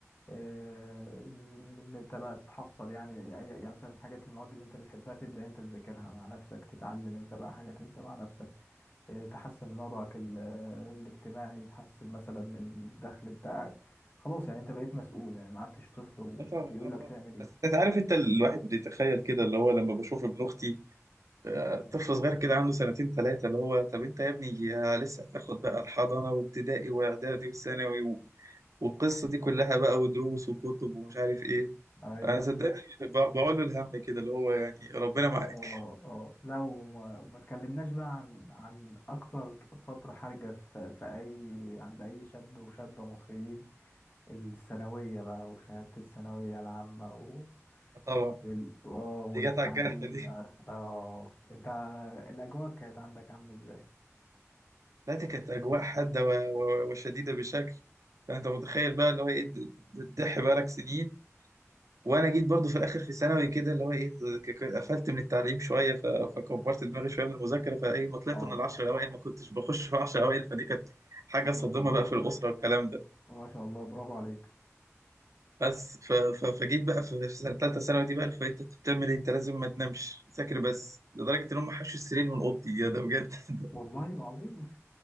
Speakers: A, on the left; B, on the right.
A: آه، ان انت بقى تحصل يعني أي- يعني مثلا الحاجات المواد اللي انت بتحبها تبدا انت تذاكرها مع نفسك تتعلم انت بقى حاجات انت مع نفسك آه، تحسن من وضعك ال- آه، الاجتماعي تحسن مثلا من الدخل بتاعك خلاص يعني انت بقيت مسؤول يعني ما عدتش طفل وبيقول
B: آه طبعا آه طبعا
A: لك تعمل ايه
B: بس أنت عارف أنت الواحد بيتخيل كده اللي هو لما بشوف ابن أختي آه،
A: مم.
B: طفل صغير كده عنده سنتين ثلاثة اللي هو طب أنت يا ابني يا لسه هتاخد بقى الحضانة وابتدائي وإعدادي وثانوي و- والقصة دي كلها بقى ودروس وكتب ومش عارف إيه
A: ايوه
B: أنا صدقني ب- بقول له الهم كده اللي هو يعني ربنا معاك
A: اه اه لو ما, ما تكلمناش بقى عن عن اكتر فترة حرجة في, في اي عند اي شاب وشابة مصريين الثانوية بقى وشهادة الثانوية العامة و...
B: طبعا
A: وال اه والتعليم
B: دي جت على الجرح دي.
A: بقى اه انت الاجواء كانت عندك عاملة ازاي؟
B: لا دي كانت أجواء حادة و- و- وشديدة بشكل يعني أنت متخيل بقى اللي هو إيه بتضحي بقالك سنين وأنا جيت برضو في الآخر في ثانوي كده اللي هو إيه ك- ك- قفلت من التعليم شوية ف- فكبرت دماغي شوية من المذاكرة فإيه ما طلعت
A: اه
B: من العشر الأوائل ما كنتش بخش في العشر الأوائل فدي كانت حاجة صادمة
A: ما شاء الله
B: بقى في الأسرة والكلام ده
A: ما شاء الله برافو عليك
B: بس ف- ف- فجيت بقى في في سنة تالتة ثانوي دي بقى اللي فايت أنت بتعمل إيه أنت لازم ما تنامش ذاكر بس لدرجة إن هم حشوا السرير من أوضتي يا ده بجد <laughs>
A: والله العظيم <laughs>